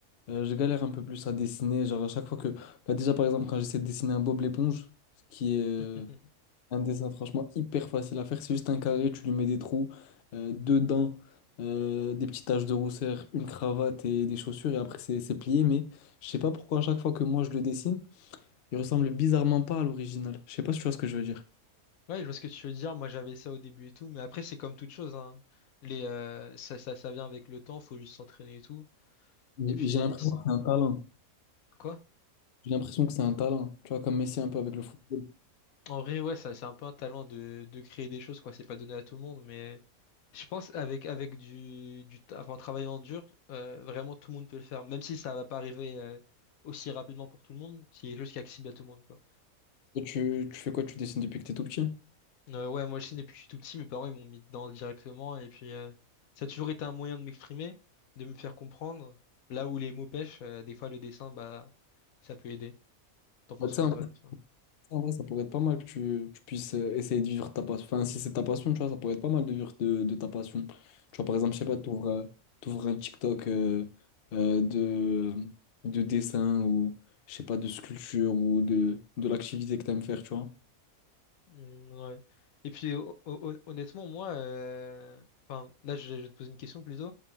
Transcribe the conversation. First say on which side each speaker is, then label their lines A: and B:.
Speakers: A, on the left; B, on the left.
A: Euh, je galère un peu plus à dessiner, genre à chaque fois que... Bah déjà par exemple quand j'essaie de dessiner un Bob l'éponge, ce qui est euh,
B: <laughs>
A: un dessin franchement hyper facile à faire, c'est juste un carré, tu lui mets des trous, euh, deux dents, euh, des petites taches de rousseur, une cravate et des chaussures et après c'est c'est plié, mais je sais pas pourquoi à chaque fois que moi je le dessine, il ressemble bizarrement pas à l'original. Je sais pas si tu vois ce que je veux dire.
B: Ouais, je vois ce que tu veux dire. Moi, j'avais ça au début et tout, mais après, c'est comme toute chose, hein. Les, euh, ça, ça, ça vient avec le temps, faut juste s'entraîner et tout.
A: J'ai
B: Et puis,
A: j'ai l'impression que c'est un talent.
B: quoi?
A: J'ai l'impression que c'est un talent, tu vois, comme Messi un peu avec le football.
B: En vrai, ouais, ça, c'est un peu un talent de, de créer des choses, quoi. C'est pas donné à tout le monde, mais je pense avec avec du, du ta- enfin, en travaillant dur, euh, vraiment tout le monde peut le faire. Même si ça va pas arriver euh, aussi rapidement pour tout le monde, c'est quelque chose qui est accessible à tout le monde, quoi.
A: Et tu, tu fais quoi? Tu dessines depuis que t'es tout petit?
B: Euh, ouais, moi, je sais, depuis que je suis tout petit, mes parents, ils m'ont mis dedans directement, et puis euh, ça a toujours été un moyen de m'exprimer, de me faire comprendre. Là où les mots pêchent, euh, des fois, le dessin, bah, ça peut aider. T'en penses
A: Bah, tu
B: quoi,
A: sais,
B: toi? de ça
A: En vrai, ça pourrait être pas mal que tu, tu puisses euh, essayer de vivre ta passion. Enfin, si c'est ta passion, tu vois, ça pourrait être pas mal de vivre de, de ta passion. Tu vois, par exemple, je sais pas, t'ouvres, euh, t'ouvres un TikTok euh, euh, de, de dessin ou, je sais pas, de sculpture ou de, de l'activité que t'aimes faire, tu vois.
B: Mm, ouais. Et puis ho- ho- hon- honnêtement, moi, euh, enfin là, je, je vais te poser une question plutôt.